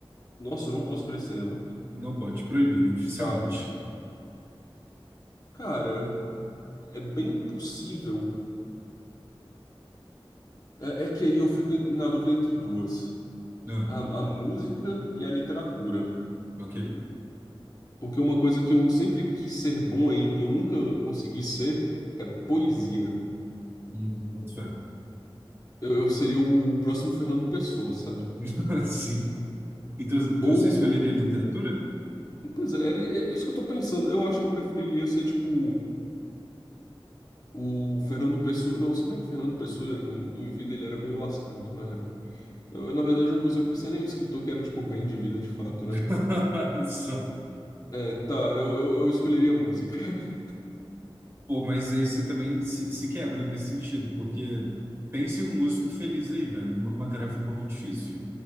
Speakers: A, on the left; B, on the right.
A: nossa, eu não posso escolher cinema.
B: Não pode, proibido, oficialmente.
A: Tá. Cara, é bem possível. É, é que aí eu fico em- na dúvida entre duas:
B: Ah,
A: a, a música e a literatura.
B: ok.
A: Porque uma coisa que eu sempre quis ser bom em e eu nunca consegui ser é poesia.
B: Hum. Boto fé.
A: Eu, eu seria o próximo Fernando Pessoa, sabe?
B: <laughs> Sim. Então, então
A: Ou,
B: você escolheria literatura?
A: pois é, era- é isso que eu tô pensando. Eu acho que eu preferiria ser, tipo, o Fernando Pessoa. Não, se bem que o Fernando Pessoa, em, em vida, ele era meio lascado, na real. Eu, na verdade, eu não consigo pensar em nenhum escritor que era, tipo, bem de vida, de fato,
B: <laughs>
A: né?
B: Só.
A: É, tá, eu, eu, eu escolheria música. <laughs>
B: Pô, mas aí você também se, se quebra nesse sentido, porque pense em um músico feliz aí, velho. Uma, uma tarefa um pouquinho difícil.